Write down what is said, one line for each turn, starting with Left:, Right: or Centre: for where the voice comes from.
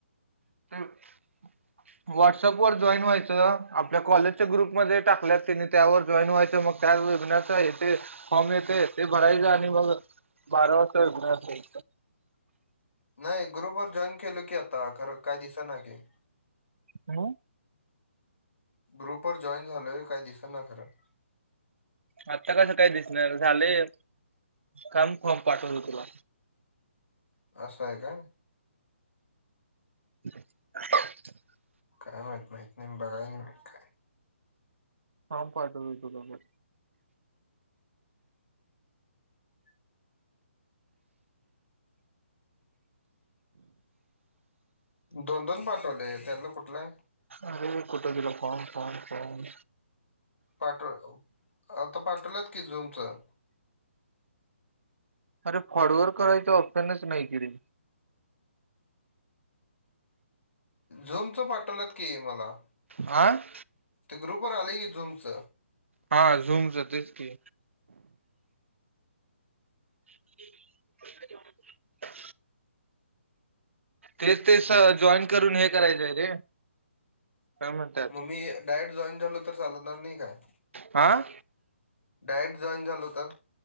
Right: <unintelligible> व्हाट्सअप वर जॉईन व्हायचं आपल्या कॉलेजच्या ग्रुप मध्ये टाकलेत त्यानी त्यावर जॉईंट व्हायचं मग त्यात वेबिनारचं येतंय फॉर्म येतंय ते भरायचं आणि मग बारा वाजता होणार ते.
Left: नाय ग्रुप वर जॉईन केलं की आता खरं काय दिसत नाय की.
Right: हॅलो.
Left: ग्रुप वर जॉईन झालोय, काय दिसना खरं.
Right: आत्ता कसं काय दिसणार झालंय, थांब फॉर्म पाठवतो तुला.
Left: असाय काय.
Right: <inaudible>
Left: काय माहित माहित नाही, मी बघाय नाय काय.
Right: थांब पाठवतो तुला पण.
Left: <inaudible> दोन दोन पाठवलेत त्यातलं कुठलाय.
Right: अरे कुठे गेला फॉम फॉम फॉम.
Left: पाठव आत्ता पाठवल्यात की झुमचं.
Right: अरे फॉरवर्ड करायचं, ऑप्शनच नाही की रे.
Left: झुमच पाठवलेत की मला.
Right: आ.
Left: ते ग्रुप वर आले, की झुमच.
Right: हा, झूमच तेच की. <inaudible> तेच ते तेच स आ.. जॉईन करून हे करायचाय रे. काय म्हणतात
Left: मग मी डायरेक्ट जॉईन झालो, तर चालणार नाही काय?
Right: आं.
Left: डायरेक्ट जॉईन झालो तर,